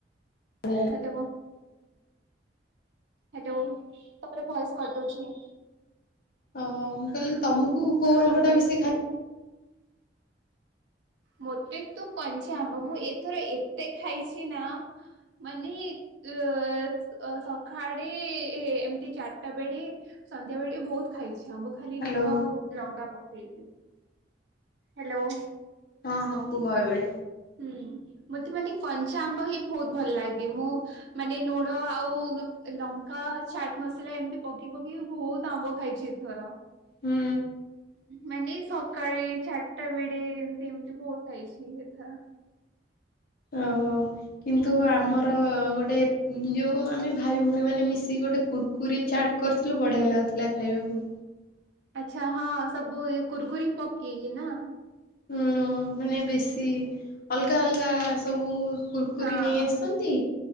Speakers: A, on the left; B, on the right.
A: ବଢିଆ ଲାଗେ।
B: ଆଦବ <unintelligible> ହ୍ୟାଲୋ ତମର ଭଏସ୍ କଟୁଛି।
A: ଓହୋ ମୁଁ କହିଲି ତମକୁ କଉ ଆମ୍ବ ଟା ବେଶୀ ଖାଇ
B: ମତେ ତ କଞ୍ଚା ଆମ୍ବ ମୁଁ ଏଥର ଏତେ ଖାଇଛି ନା ମାନେ ଅ ସଖାଡେ ଏମତି ଚାରିଟା ବେଡେ ସନ୍ଧ୍ୟା ବେଳେ ଟେ ବହୁତ ଖାଇଛି ଆମ୍ବ ଖାଲି
A: ହ୍ୟାଲୋ
B: ଲୁଣ ଆଉ ଲଙ୍କା ପକେଇକି। ହ୍ୟାଲୋ।
A: ହଁ ହଁ କୁହ ଏବେ।
B: ହୁଁ ମତେ ମାନେ କଞ୍ଚା ଆମ୍ବ ହିଁ ବହୁତ ଭଲ ଲାଗେ ମୁଁ ମାନେ ନୁଣ ଆଉ ଲଙ୍କା ଚାଟ୍ ମସଲା ଏମିତି ପକେଇ ପକେଇ ବହୁତ ଆମ୍ବ ଖାଇଛି। ଧର
A: ହୁଁ।
B: ମାନେ ସକାଳେ ଚାରିଟା ବେଡେ ଏମିତି ଏମିତି ବହୁତ ଖାଇଛି ଏଥର।
A: ଓହୋ କିନ୍ତୁ ଆମର
B: ହୁଁ
A: ଗୋଟେ ଯୋଉ ଆମେ ଭାଇ ଭଉଣୀ ମାନେ ମିଶିକି ଗୋଟେ କୁୁରକୁରି ଚାଟ୍ କରିଥିଲୁ ବଢିଆ ଲାଗୁଥିଲା ଖାଇବାକୁ।
B: ଆଛା ହଁ ସବୁ କୁୁରକୁରି ପକେଇକି ନା?
A: ହୁଁ ମାନେ ବେଶୀ ଅଲଗା ଅଲଗା ସବୁ କୁୁରକୁରି
B: ହଁ
A: ନେଇ ଆସି